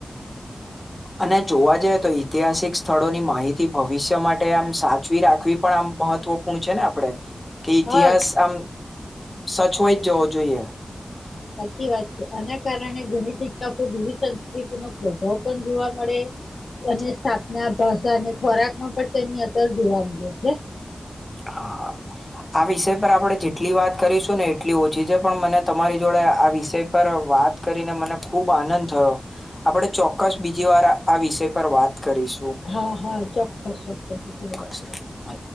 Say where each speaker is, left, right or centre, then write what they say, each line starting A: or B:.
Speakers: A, on the left; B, on the left.
A: અને જોવા જઈએ તો ઐતિહાસિક સ્થળોની માહિતી ભવિષ્ય માટે આમ સાચવી રાખવી પણ આમ મહત્વપૂર્ણ છે ને આપડણે કે ઇતિહાસ
B: હા
A: આમ સચવાઈ જેવો જોઈએ
B: સાચી વાત છે આના કારણે ઘણી જગ્યા પર ગુવી સંસ્કૃતિ નોપ્રભાવ પણ જોવા મળે અને સ્થાપના ભાષા અને ખોરાક માં પણ તેની અસર જોવા મળે છે
A: હા આ વિષય પર આપણેે જેટલી વાત કરીશું ને એટલી ઓછી છે પણ મને તમારી જોડે આ વિષય પર વાત કરીને મને ખુબ આનંદ થયો આપડે ચોક્કસ બીજી વાર આ વિષય પર વાત કરીશું.
B: હા હા ચોક્કસત્ય વાત
A: ચોક્કસ
B: કરી
A: મળીએ.